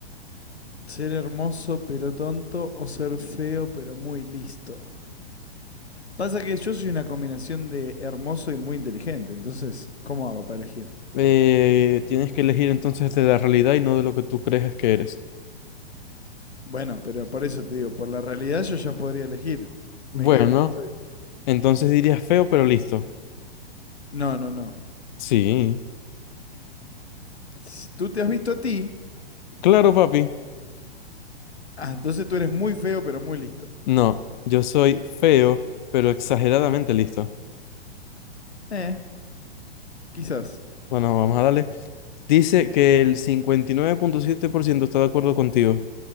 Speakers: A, on the left; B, on the left.
A: Ser hermoso pero tonto o ser feo pero muy listo. Pasa que yo soy una combinación de hermoso y muy inteligente, entonces, ¿cómo hago para elegir?
B: eh, tienes que elegir entonces de la realidad y no de lo que tú crees que eres.
A: Bueno, pero por eso te digo, por la realidad yo ya podría elegir. Me
B: Bueno,
A: quedo como estoy.
B: entonces dirías feo, pero listo.
A: No, no, no.
B: Sí.
A: S- Tú te has visto a ti,
B: Claro, papi.
A: ah, entonces tú eres muy feo pero muy listo.
B: No, yo soy feo, pero exageradamente listo.
A: Eh, quizás.
B: Bueno, vamos a darle. Dice que el cincuenta y nueve punto siete por ciento está de acuerdo contigo